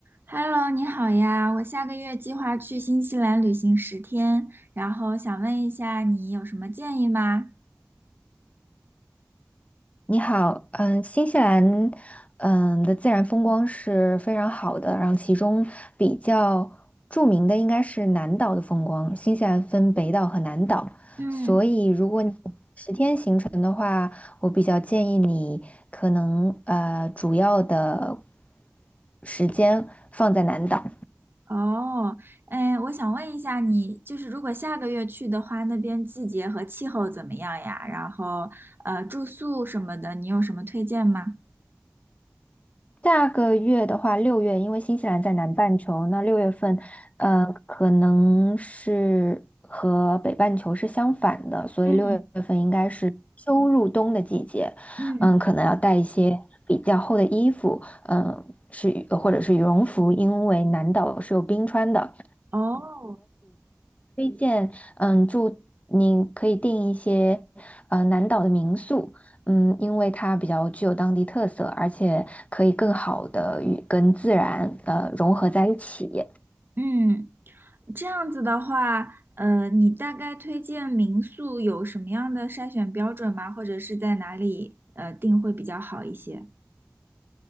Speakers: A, on the right; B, on the left.
A: Hello，你好呀！我下个月计划去新西兰旅行十天，然后想问一下你有什么建议吗？
B: 你好，嗯，新西兰，嗯的自然风光是非常好的，然后其中比较著名的应该是南岛的风光。新西兰分北岛和南岛，
A: 嗯，
B: 所以如果你十天行程的话，我比较建议你可能呃主要的时间放在南岛。
A: 哦，哎，我想问一下你，就是如果下个月去的话，那边季节和气候怎么样呀？然后，呃，住宿什么的，你有什么推荐吗？
B: 下个月的话，六月，因为新西兰在南半球，那六月份，呃，可能是和北半球是相反的，所以六月份应该是秋入冬的季节，
A: 嗯嗯，
B: 嗯，可能要带一些比较厚的衣服，嗯，是或者是羽绒服，因为南岛是有冰川的，
A: 哦，
B: 推荐，嗯，住你可以订一些呃南岛的民宿，嗯，因为它比较具有当地特色，而且可以更好的与跟自然呃融合在一起。
A: 嗯，这样子的话，呃，你大概推荐民宿有什么样的筛选标准吗？或者是在哪里呃订会比较好一些？